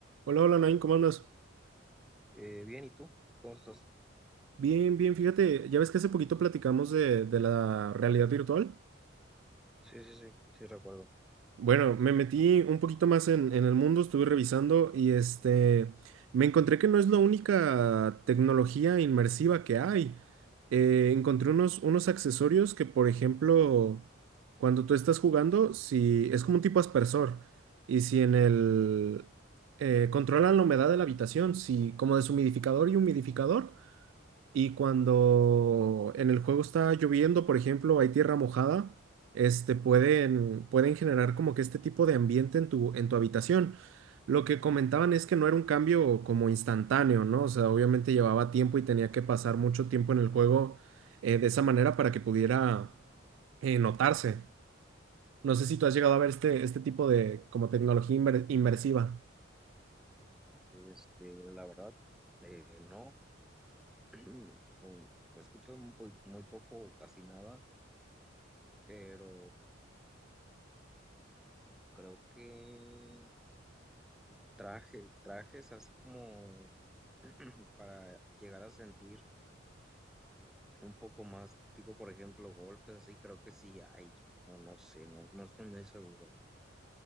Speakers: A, on the right; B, in the centre.
A: Hola, hola, Nain, ¿cómo andas?
B: Eh, bien, ¿y tú? ¿Cómo estás?
A: Bien, bien, fíjate, ya ves que hace poquito platicamos de, de la realidad virtual.
B: Sí, sí, sí, sí recuerdo.
A: Bueno, me metí un poquito más en, en el mundo, estuve revisando y este, me encontré que no es la única tecnología inmersiva que hay. Eh, encontré unos, unos accesorios que, por ejemplo, cuando tú estás jugando, si es como un tipo aspersor y si en el... eh, controlan la humedad de la habitación, si como deshumidificador y humidificador. Y cuando en el juego está lloviendo, por ejemplo, hay tierra mojada, este, pueden, pueden generar como que este tipo de ambiente en tu, en tu habitación. Lo que comentaban es que no era un cambio como instantáneo, ¿no? O sea, obviamente llevaba tiempo y tenía que pasar mucho tiempo en el juego eh, de esa manera para que pudiera eh, notarse. No sé si tú has llegado a ver este, este tipo de como tecnología inmer- inmersiva.
B: Este, la verdad, eh, no, <clears throat> o- he escuchado muy, muy poco, o casi nada, pero creo que traje, trajes así como para llegar a sentir un poco más, tipo, por ejemplo, golpes, así creo que sí hay, o no sé, no, no estoy muy seguro.